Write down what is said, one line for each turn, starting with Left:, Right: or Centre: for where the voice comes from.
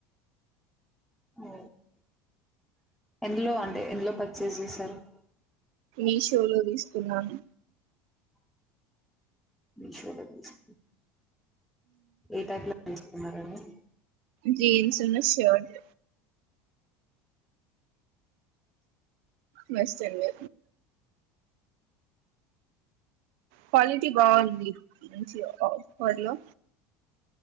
Centre: అఓ ఎందులో అంటే ఎందులో పచేస క్క
Right: ఈ షో లో తీసుకున్నాను
Centre: ఇషాలాసి ఏ ట న్నరడి
Right: జీన్స్ ఉన్న షర్ట్ మస్త అండి క్వాలిటీ బాగుంది మంచిపరిలో